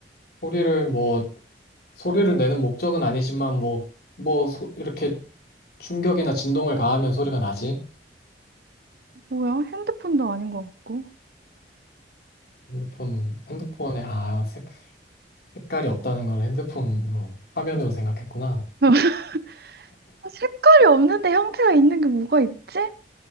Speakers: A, on the left; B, on the right.
A: 소리를 뭐, 소리를 내는 목적은 아니지만 뭐, 뭐, 이렇게 충격이나 진동을 가하면 소리가 나지.
B: 뭐야? 핸드폰도 아닌 것 같고.
A: 핸드폰, 핸드폰에, 아, 색, 색깔이 없다는 걸 핸드폰으로, 화면으로 생각했구나.
B: <laughs> 색깔이 없는데 형태가 있는 게 뭐가 있지?